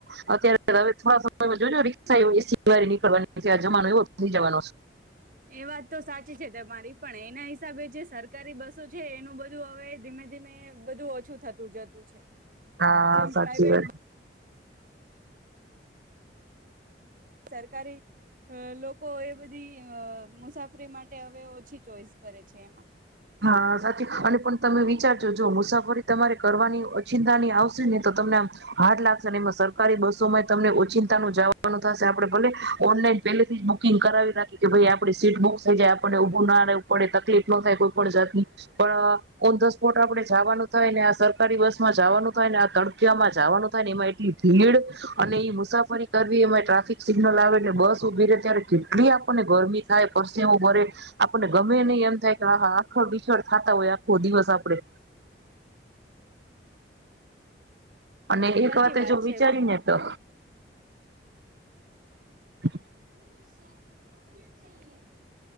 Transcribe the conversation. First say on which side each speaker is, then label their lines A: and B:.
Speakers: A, on the right; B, on the right.
A: અત્યારે હવે થોડા સમય જો જો રિક્ષા એસી વાડી નીકળવાની જમાનો એવો થઈ જવાનો
B: એ, વાત તો સાચી છે, તમારી પણ એના હિસાબે જે સરકારી બસો છે, એનું બધું હવે ધીમે, ધીમે, બધું ઓછું થતું જતું છે
A: હા,
B: જેમ
A: સાચી
B: પ્રાઇવેટ
A: વાત
B: સરકારી અ લોકો એ બધી મુસાફરી માટે હવે ઓછી ચોઈસ કરે છે એમાં
A: હા, સાચી અને પણ તમે વિચારજો જો મુસાફરી તમારે કરવાની ઓચિતાની આવશે ને તો તમને આમ હાર્ડ લાગશે ને એમાં સરકારી બસોમાં તમને ઓચિતાનું જવાનું થશે આપેડે ભલે ઓનલાઈન પેલેથી જ બુકિંગ કરાવી રાખી કે ભાઈ આપડી સીટ બુક થઈ જાય આ પડે ઉભું ના રેવુ પડે તકલીફ નો થાય કોઇ પણ જાત ની પણ અ ઓન ધ સ્પોટ આપડે જાવાનું થાય ને આ સરકારી બસ માં જાવાનું થાય ને આ તડકીયામાં જાવાનું થાય ને એમાં એટલી ભીડ અને એ મુસાફરી કરવી એમાં ટ્રાફિક સિગ્નલ આવે બસ ઉભી રે ત્યારે કેટલી આપણને ગરમી થાય પરસેવો વરે આપણને ગમે નઈ એમ થાય કે આ હા ખભીછળ થાતા હોય આખો દિવસ આપડે અને એક
B: સાચી
A: વાતે
B: વાત
A: જો વિચારીને
B: છે.
A: તો <inaudible>
B: <unintelligible> ચોકલેટ ચાહીયે